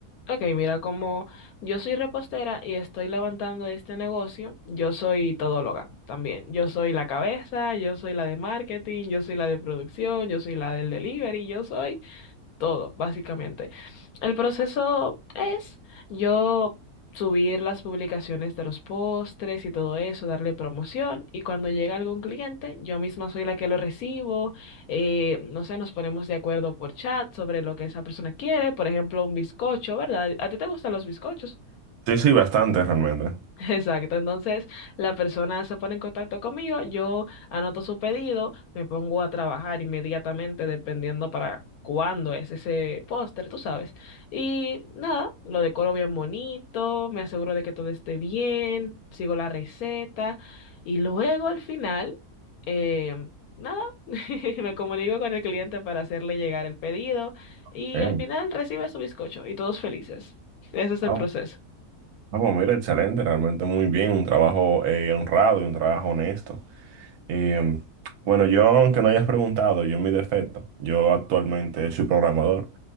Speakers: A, on the left (about 75°); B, on the right (about 80°).
A: Ok, mira, como yo soy repostera y estoy levantando este negocio, yo soy todóloga también. Yo soy la cabeza, yo soy la de marketing, yo soy la de producción, yo soy la del delivery, yo soy todo, básicamente. El proceso es yo subir las publicaciones de los postres y todo eso, darle promoción y cuando llega algún cliente, yo misma soy la que lo recibo, eh, no sé, nos ponemos de acuerdo por chat sobre lo que esa persona quiere, por ejemplo, un bizcocho, ¿verdad? ¿A ti te gustan los bizcochos?
B: Sí, sí, bastante realmente.
A: Exacto, entonces la persona se pone en contacto conmigo, yo anoto su pedido, me pongo a trabajar inmediatamente dependiendo para cuándo es ese póster, tú sabes. Y nada, lo decoro bien bonito, me aseguro de que todo esté bien, sigo la receta y luego al final, eh, nada, <laughs> me comunico con el cliente para hacerle llegar el pedido y
B: Ok.
A: al final recibe su bizcocho y todos felices. Ese es el
B: Ah,
A: proceso.
B: bu- ah, bueno, mira, excelente, realmente muy bien, un trabajo eh, honrado y un trabajo honesto. Y bueno, yo, aunque no hayas preguntado, yo en mi defecto, yo actualmente soy programador.